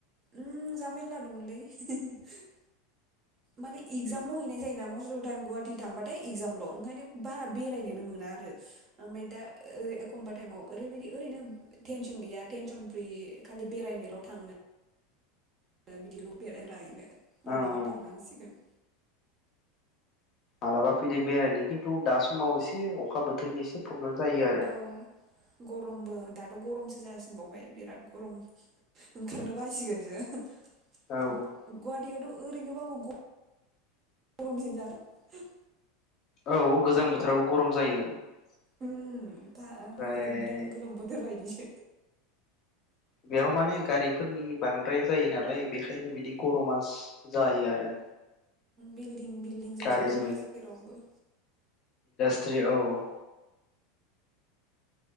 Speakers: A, on the right; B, on the left.
A: उम जा मेरला दंलै <unintelligible> माने इक्जामल'
B: उम
A: हैनाय जायो ना मस टाइम गुवाहाटि थांबाथाय इक्जाम ल ओंखायनो बारा बेरायनोनो
B: उम
A: मोना आरो। ओमाय दा ओ एखमबा टाइमाव ओरैबायदि ओरैनो टेनसन गैया टेनसन फ्रि खालि बेरायनोल' थांनो ओ बिदिल बेरायला हैनो। मालाबा
B: औ औ
A: थांनांसिगोन।
B: मालाबा फैदो बेरायनो खिन्थु दा समाव एसे अखा बोथोरनि एसे प्रब्लेम जायो आरो
A: औ गरमबो दा गरमसो जासिनबावबाय बिराद गर ओंखारनो बासिगोन सो। गवाहाथियाव
B: औ
A: थ ओरैनोबाबो गरमसिन जागोन।
B: औ गोजां बोथोरावबो गरम जायो। ओमफ्राय।
A: उम था एकदम गोलोम बोथोर बायदिसो
B: बेयाव माने गारिफोरनि बांद्राय जायो नालाय बेखायनो बिदि गरमास जायो आरो।
A: बिल्डिं बिल्डिं जाजोब्बायना
B: गारिजों
A: जेरावबो।
B: त्रियाव औ।